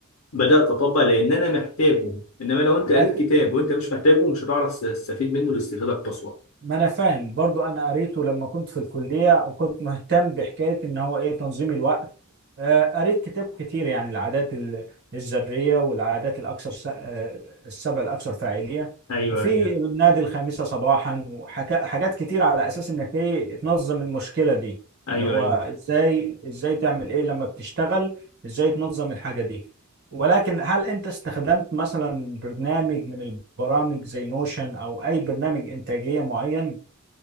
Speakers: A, on the left; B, on the right.
A: بدات اطبق لان انا محتاجه انما لو انت قريت
B: أت-
A: كتاب وانت مش محتاجه مش هتعرف تستفيد منه الاستفاده القصوى
B: ما انا فاهم برضو انا قريته لما كنت في الكليه وكنت مهتم بحكايه ان هو ايه تنظيم الوقت آه، قريت كتاب كتير يعني العادات ال- الذرية والعادات الأكثر س- آه، السبع الأكثر فاعلية
A: ايوه
B: وفي
A: ايوه
B: النادي الخامسة صباحا وحاجات كتير على أساس إنك إيه تنظم المشكلة دي
A: ايوه
B: اللي هو
A: ايوه
B: إزاي إزاي تعمل إيه لما بتشتغل إزاي تنظم الحاجة دي ولكن هل أنت استخدمت مثلا برنامج من البرامج زي نوشن أو أي برنامج إنتاجية معين